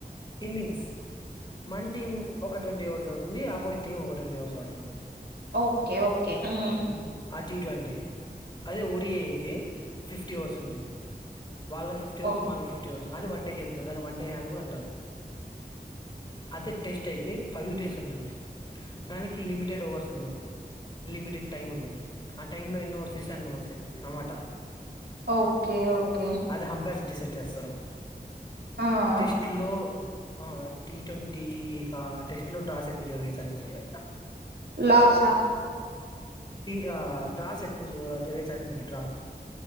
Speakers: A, on the left; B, on the right.
A: ఇన్నింగ్స్ మన టీమ్ ఒక ట్వంటీ ఓవర్స్ అడుతుంది. అపోసిట్ టీం ఒక ట్వంటీ ఓవర్స్ ఆడుతుంది.
B: ఓకే ఓకే హ్
A: ఆ టి ట్వంటీ అదే ఓడిఐ అయితే ఫిఫ్టీ ఓవర్స్ ఉంటుంది. అ వాళ్లకి ఫిఫ్టీ ఓవర్స్
B: ఓహో
A: మనకి ఫిఫ్టీ ఓవర్స్ అది వన్ డే జరుగుతుంది. దాని వన్ డే అని కూడా అంటారు. అయితే టెస్ట్ అయితే ఫైవ్ డేస్ ఉంటుంది. దానికి లిమిటెడ్ ఓవర్స్ ఉండదు లిమిటెడ్ టైమ్ ఉం టుంది. ఆ టైం లో ఎన్నీ ఓవర్స్ చేస్తే అన్నీ ఇవే ఓవర్సె అన్నమాట
B: ఓకే ఓకే
A: అది హంపైర్స్ డిసైడ్ చేస్తారు.
B: ఆ
A: టెస్ట్ లో ఆ టీ ట్వంటీ ఆ టెస్ట్ లో డ్రాస్ ఎక్కువ జరిగే ఛాన్సెస్ ఉంటయి.
B: లాస్ ఆ
A: టీ ఆ డ్రాస్ ఎక్కువ జరిగే ఛాన్సెస్ ఉంటాయి. డ్రా